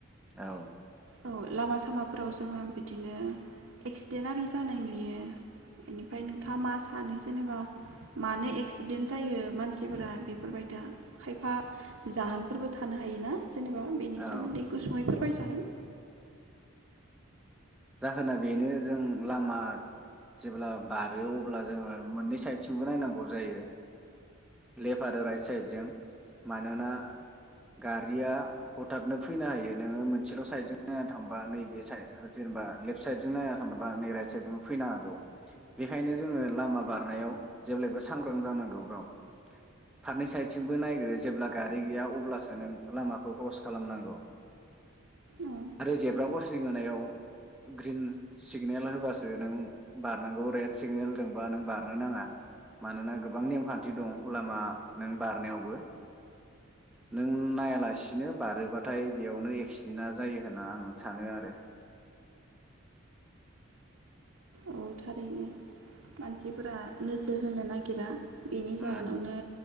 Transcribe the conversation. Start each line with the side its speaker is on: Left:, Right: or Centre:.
Centre: औ
Right: औ लामा सामाफोराव जोङो बिदिनो एक्सिडेन्ट आरि जानाय नुयो बेनिफ्राय नोंथाङा मा सानो जेनेबा मानो एक्सिडेन्ट जायो मानसिफोरा बेफोरबायदिदिा खायफा जाहोनफोरबो थानो हायोना। जेनेबा बेनि
Centre: औ
Right: सोमोन्दै गुसुङैफोर बायजागोन।
Centre: जाहोना बेनो जों लामा जेब्ला बारो अब्ला जोङो मोननै साइडथिमबो नायनांगौ जायो लेफ्ट आरो राइट। स जं मानोना गारिया हथतनो फैनो हायो नोङो मोनसेल साइदजों। नाया थांबा नैबे साइ जेनेबा लेफ्ट साइडजों नाया थांबा नै राइट साइद जजोंबो फैनो हागौ बेनिखायनो जोङो लामा बारनायाव जेब्लायबो सांग्रां जानांगौ गाव फारनै साइडथिंबो नायग्रो जेब्ला गारि गैया अब्लासो नों लामाखौ क्रस खालामनांगौ।
Right: औ
Centre: आरो जेब्रा गसिं होनायाव ग्रिन सिगनेल होबासो नों बारनांगौ रेड सिगनेलजोंबा नों बारनो नाङा मानोना गोबां नेमखान्थि दं लामा नों बारनायावबो नों नायालासिनो बारोबाथाय बेयावनो एक्सिडेन्टा जायो। होनना आं सानो आरो।
Right: औ थारैनो मानसिफोरा नोजोर होनो नागिरा। बेनि जाहोनावनो।
Centre: उम